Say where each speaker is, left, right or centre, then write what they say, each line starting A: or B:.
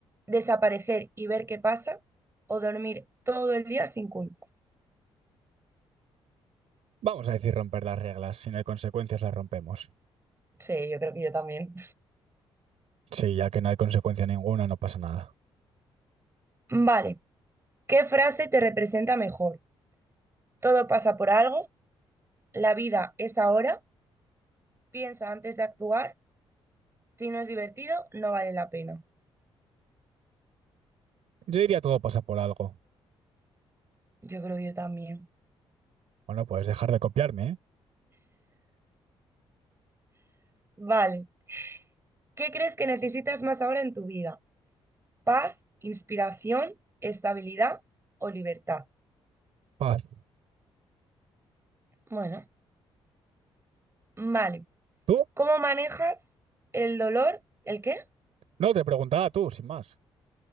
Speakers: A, on the right; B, on the right.
A: ¿Desaparecer y ver qué pasa? ¿O dormir todo el día sin culpa?
B: Vamos a decir romper las reglas. Si no hay consecuencias, las rompemos.
A: Sí, yo creo que yo también.
B: Sí, ya que no hay consecuencia ninguna, no pasa nada.
A: Vale. ¿Qué frase te representa mejor? ¿Todo pasa por algo? ¿La vida es ahora? ¿Piensa antes de actuar? Si no es divertido, no vale la pena.
B: Yo diría todo pasa por algo.
A: Yo creo que yo también.
B: Bueno, puedes dejar de copiarme, ¿eh?
A: Vale. ¿Qué crees que necesitas más ahora en tu vida? ¿Paz, inspiración, estabilidad o libertad?
B: Paz.
A: Bueno, vale.
B: ¿Tú?
A: ¿Cómo manejas el dolor? ¿El qué?
B: No, te preguntaba tú, sin más.